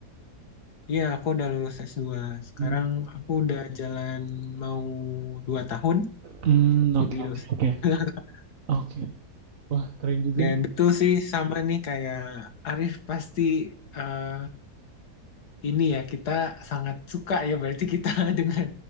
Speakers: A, on the left; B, on the right.
A: Iya, aku udah lulus S2. Sekarang
B: Hmm,
A: aku udah jalan mau 2 tahun
B: hmm, oke,
A: jadi
B: oke,
A: dosen.
B: oke.
A: <laughs>
B: Oke. Wah, keren juga
A: Dan
B: nih.
A: betul sih sama nih kayak Arif pasti eh, ini ya kita sangat suka ya berarti kita <laughs> dengan